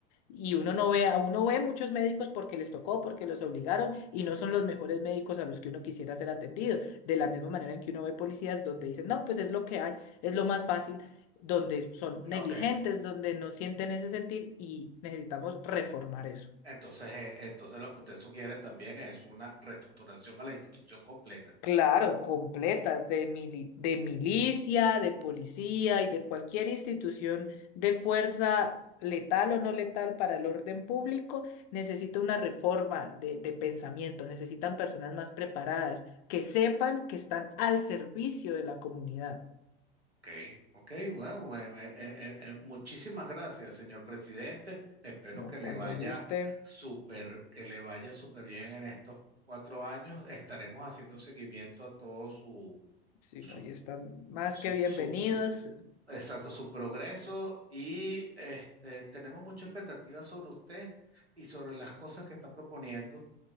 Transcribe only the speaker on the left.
Y uno no ve, a uno ve muchos médicos porque les tocó, porque los obligaron y no son los mejores médicos a los que uno quisiera ser atendido. De la misma manera en que uno ve policías donde dicen, no, pues es lo que hay, es lo más fácil, donde son negligentes,
donde no sienten ese sentir y necesitamos reformar eso.
Claro, completa, de mili- de milicia, de policía y de cualquier institución de fuerza letal o no letal para el orden público, necesita una reforma de, de pensamiento, necesitan personas más preparadas, que sepan que están al servicio de la comunidad.
No,
cuando
guste,
si
no, y están más
que bienvenidos.